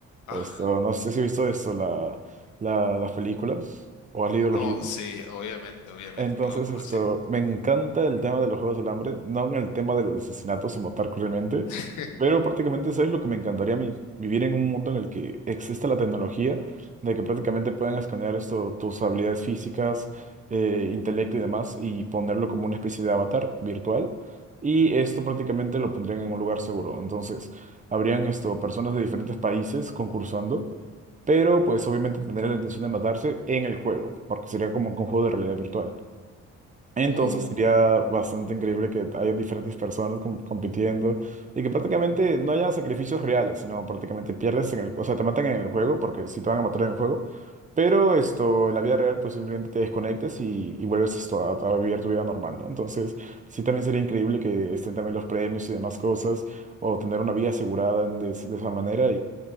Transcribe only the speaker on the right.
Esto, no sé si has visto esto, la, la- las películas o has leído
los libros.
Entonces,
esto, me encanta el tema de los Juegos del Hambre, no en el tema de los asesinatos o matar cruelmente,
pero prácticamente eso es lo que me encantaría a mí, vivir en un mundo en el que exista la tecnología, de que prácticamente puedan escanear esto, tus habilidades físicas, eh, intelecto y demás, y ponerlo como una especie de avatar virtual. Y esto prácticamente lo pondrían en un lugar seguro. Entonces, habrían esto, personas de diferentes países concursando pero pues obviamente tendría la intención de matarse en el juego, porque sería como que un juego de realidad virtual. Entonces
sería bastante increíble que haya diferentes personas com- compitiendo y que prácticamente no haya sacrificios reales, sino prácticamente pierdes en el, o sea, te matan en el juego, porque si te van a matar en el juego, pero esto, en la vida real, pues simplemente te desconectas y, y vuelves esto a, a vivir tu vida normal, ¿no? Entonces, sí también sería increíble que estén también los premios y demás cosas, o tener una vida asegurada en- de, de esa manera